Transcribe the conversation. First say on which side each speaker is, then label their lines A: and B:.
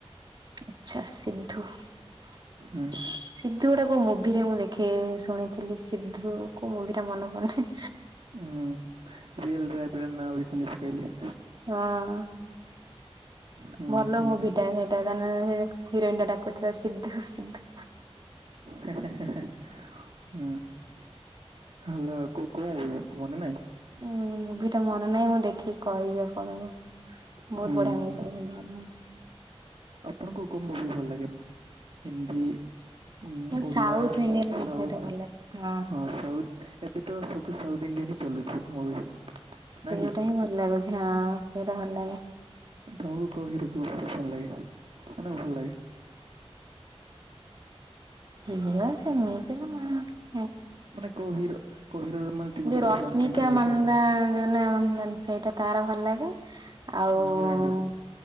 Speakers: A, on the right; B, on the right.
A: ଆଛା ସିନ୍ଧୁ। ସିଦ୍ଧୁ
B: ହୁଁ
A: ଗୋଟେ କୋଉ ମୁଭିରେ ମୁଁ ଦେଖି ଶୁଣିଥିଲି। ସିଦ୍ଧୁ କୋଉ ମୁଭିରେ ମନେ ପଡୁନି।
B: ହୁଁ ରିଅଲ ରେ ଏବେ ନାଁ ବି ଶୁଣି ପାଇଲେ।
A: ହଁ।
B: ହୁଁ
A: ଭଲ
B: ହୁଁ
A: ମୁଭି ଟା। ସେଇଟା ତା ନାଁ ହିରୋଇନଟା ଡାକୁଥିବ ସିଧୁ ସିଧୁ।
B: ହେଁ ହେଁ ହେଁ ହେଁ। ହୁଁ ହାଲୋ କଉ ଇଏ ମନେ ନାଇଁ।
A: ଉଁ ମୁଭି ଟା ମନେ ନାହିଁ ମୁଁ ଦେଖିକି କହିବି ଆପଣଙ୍କୁ ବହୁତ
B: ହୁଁ
A: ବଢିଆ ମୁଭି। ଇନ୍ଦ୍ରଧନୁ।
B: ଆପଣଙ୍କୁ କୋଉ ମୁଭି ଭଲ ଲାଗେନି? ହିନ୍ଦୀ ଉଁ ଓଡିଆ
A: ସାଉଥ ଇଣ୍ଡିଆନ
B: ସାଉଥ
A: ସେଇଟା ଭଲ ଲାଗେ।
B: ହଁ ସାଉଥ। ଏବେ ତ ସବୁ ସାଉଥ ଇଣ୍ଡିଆନ୍ ହିଁ ଚାଲୁଛି ମୁଭି।
A: ସେଇଟା
B: ନା କି?
A: ହିଁ ଭଲ ଲାଗୁଛି। ହଁ ସେଇଟା ଭଲ ଲାଗେ।
B: ତମୁକୁ କଉ ହିରୋ ବାହୁତ ପସନ୍ଦ ଲାଗେ। ମାନେ ଭଲ ଲାଗେ।
A: ମୋର ସେମିତି ନାହିଁ।
B: ମାନେ କଉ ହିରୋ କଉ ହିରୋର ମାନେ ଟିକେ ଗୋଟେ
A: ଯୋଉ ରଶ୍ମିକା
B: ଦେଖିବାକୁ ପାଇଁ ଭଲ ଲାଗୁଥିବ
A: ମନ୍ଦା ନା ଯୋଉ ମନ୍ଦାନ ସେଇଟା ତାର ଭଲ ଲାଗେ। ଆଉ ଉଁ
B: ହିରୋଇନ
A: ଆଁ
B: ର।